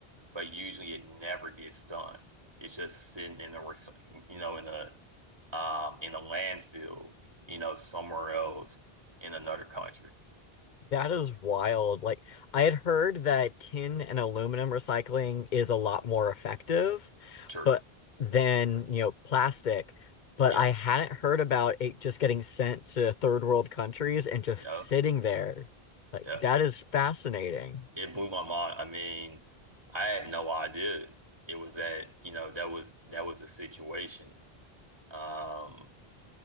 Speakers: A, on the right (about 25°); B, on the left (about 50°).
A: but usually it never gets done. It's just sitting in a, recy- you know, in a um in a landfill, you know, somewhere else in another country.
B: that is wild. Like I had heard that tin and aluminum recycling is a lot more effective,
A: Sure.
B: but than, you know, plastic. But
A: Yeah.
B: I hadn't heard about it just getting sent to third world countries and just
A: Yeah.
B: sitting there. Like
A: Yeah.
B: that is fascinating.
A: It blew my mind. I mean, I had no idea it was that, you know, that was that was the situation. Um,